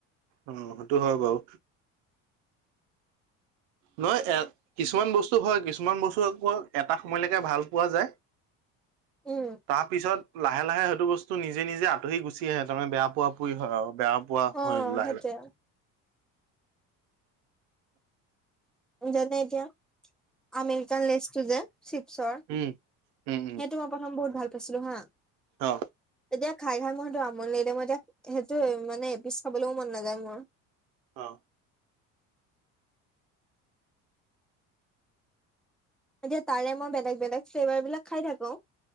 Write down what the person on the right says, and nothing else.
অ সেইটো হয় বাৰু। নহ এ কিছুমান বস্তু হয় কিছুমান বস্তু আকৌ এটা সময়লৈকে ভাল পোৱা যায়
তাৰ পিছত লাহে লাহে সেইটো বস্তু নিজে নিজে আঁতৰি গুচি আহে, তাৰমানে বেয়া পোৱা পুৰি হয় আৰু বেয়া পোৱা
হয় লাহে
লাহে।
উম উম উম
অ।
অ।